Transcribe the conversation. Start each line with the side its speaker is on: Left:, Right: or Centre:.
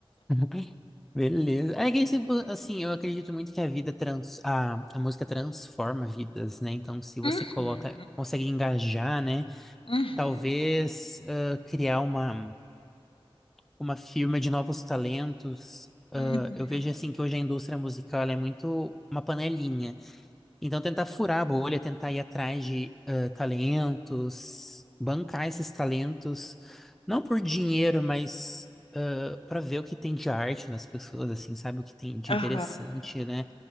Centre: <laughs> Beleza. É que, tipo, assim, eu acredito muito que a vida trans, a, a música transforma vidas, né? Então, se você
Left: Uhum,
Centre: coloca, consegue engajar, né?
Left: uhum,
Centre: Talvez ah, criar uma, uma firma de novos talentos. Ah,
Left: uhum,
Centre: eu vejo assim que hoje a indústria musical ela é muito uma panelinha. Então tentar furar a bolha, tentar ir atrás de ah, talentos, bancar esses talentos, não por dinheiro, mas para ver o que tem de arte nas pessoas, assim, sabe? O que tem de
Left: aham.
Centre: interessante, né?